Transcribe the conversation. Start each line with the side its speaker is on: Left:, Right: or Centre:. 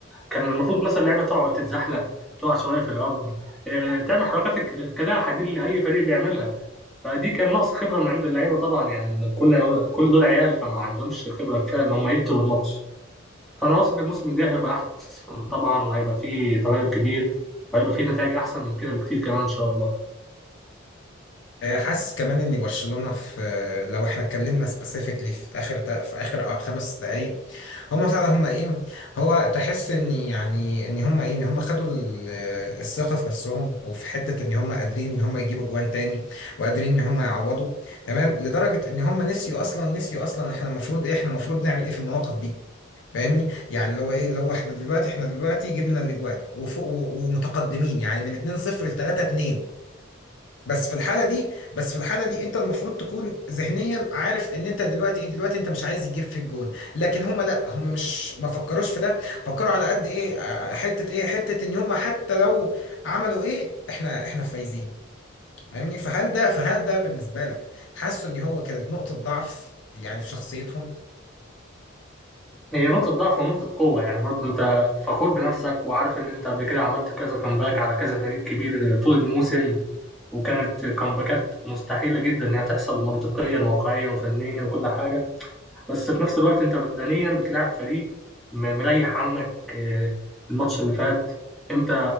Centre: كان المفروض مثلا اللعيبه تقع وتتزحلق تقع شويه في الارض آه تعمل حركات الك- كلاعب حديد اللي اي فريق بيعملها فدي كان نقص خبره من عند اللعيبه طبعا يعني إن كل كل دول عيال فما عندهمش خبره كفايه ان هم يقتلوا الماتش فانا واثق الموسم الجاي هيبقى احسن طبعا وهيبقى فيه تغير كبير وهيبقى فيه نتائج احسن من كده بكتير كمان ان شاء الله
Left: آه، حاسس كمان ان برشلونه في آه، لو احنا اتكلمنا سبيسيفيكلي في اخر تا- في اخر آه، خمس دقائق هم فعلا هم ايه هو تحس ان يعني ان هم ايه ان هم خدوا ال- آه، الثقه في نفسهم وفي حته ان هم قادرين ان هم يجيبوا جوان تاني وقادرين ان هم يعوضوا تمام لدرجه ان هم نسيوا اصلا نسيوا اصلا احنا المفروض ايه احنا المفروض نعمل ايه في المواقف دي فاهمني يعني اللي هو ايه اللي هو احنا دلوقتي احنا دلوقتي جبنا الاجوان وفوق و- ومتقدمين يعني من 2-0 ل 3-2 بس في الحاله دي بس في الحاله دي انت المفروض تكون ذهنيا عارف ان انت دلوقتي ايه دلوقتي انت مش عايز يجيب في الجون لكن هم لا هم مش ما فكروش في ده فكروا على قد ايه آه، حته ايه حته ان هم حتى لو عملوا ايه احنا احنا فايزين فاهمني فهل ده فهل ده بالنسبه لك حاسس ان هو كانت نقطه ضعف يعني في شخصيتهم
Centre: هي نقطه ضعف ونقطه قوه يعني برضه انت فخور بنفسك وعارف ان انت قبل كده عملت كذا كامباك على كذا فريق كبير طول الموسم وكانت كامباكات مستحيله جدا انها تحصل منطقيا وواقعيا وفنيا وكل حاجه بس في نفس الوقت انت بدنيا بتلعب فريق م- مريح عنك آه، الماتش اللي فات انت